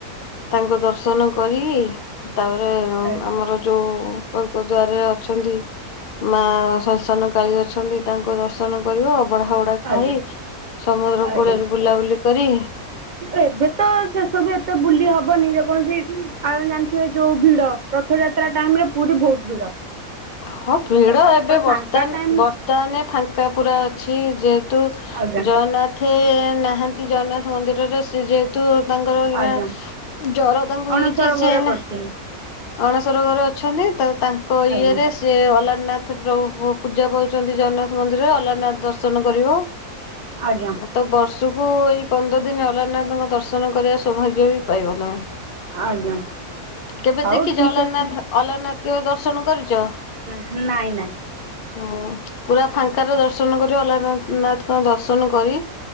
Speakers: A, on the left; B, on the right.
A: ତାଙ୍କୁ ଦର୍ଶନ କରି ତାପରେ
B: ଆଜ୍ଞା
A: ଆମର ଯୋଉ ସ୍ୱର୍ଗ ଦ୍ୱାରରେ ଅଛନ୍ତି ମା ସଂସ୍ଥାନ କାଳୀ ଅ ଛନ୍ତି ତାଙ୍କୁ ଦର୍ଶନ କରିବ ଅବଢ଼ା ଫବଢ଼ା ଖାଇ
B: ଆଜ୍ଞା
A: ସମୁଦ୍ର
B: ଆଜ୍ଞା
A: କୂଳରେ ବୁଲାବୁଲି କରି
B: ଏବେ ତ ସେ ସବୁ ଏତେ ବୁଲି ହବନି ଯେକୌଣସି ଆମେ ଜାଣିଥିବେ ଯୋଉ ଭିଡ ରଥଯାତ୍ରା ଟାଇମରେ ପୁରୀ ବହୁତ ଭିଡ଼।
A: ହଁ ଭିଡ ଏବେ ବର୍ତମାନ
B: ଫାଙ୍କା ଟାଇମ
A: ବର୍ତ ତାହାନେ ଫାଙ୍କା ପୁରା ଅଛି ଯେହେତୁ
B: ଆଜ୍ଞା
A: ଜଗନ୍ନାଥ ଥେ ନାହାନ୍ତି ଜଗନ୍ନାଥ ମନ୍ଦିରରେ ଯେହେତୁ ତାଙ୍କର ଏଇନା
B: ଆଜ୍ଞା
A: ଜର ତାଙ୍କୁ
B: ଅଣସର
A: ହେଇଛି
B: ଘରେ
A: ସେ ଏନା
B: ପଡ଼ିଛନ୍ତି
A: ଅଣସର ଘରେ ଅଛନ୍ତି ତ ତାଙ୍କ
B: ଆଜ୍ଞା
A: ଇଏ ରେ ଯେ ଅଲାରନାଥ ପ୍ରଭୁ ପୂ ପୂଜା ପାଉଛନ୍ତି ଜଗନ୍ନାଥ ମନ୍ଦିରରେ ଅଲାରନଥ ଦର୍ଶନ କରିବ।
B: ଆଜ୍ଞା
A: ତ ବର୍ଷକୁ ଏଇ ପନ୍ଦର ଦିନ ଅଲାରନାଥଙ୍କ ଦର୍ଶନ କରିବା ସୌଭାଗ୍ୟ ବି ପାଇବ ତମେ।
B: ଆଜ୍ଞା
A: କେବେ
B: ହଉ
A: ଦେଖିଛ
B: ଠିକ୍
A: ଅଲାରନାଥ
B: ଅଛି
A: ଅଲାରନାଥ କେବେ ଦର୍ଶନ କରିଛ?
B: ନାହିଁ ନାହିଁ।
A: ହୁଁ ପୁରା ଫାଙ୍କାରେ ଦର୍ଶନ କରି ଅଲାରନାଥଙ୍କ ଦର୍ଶନ କରି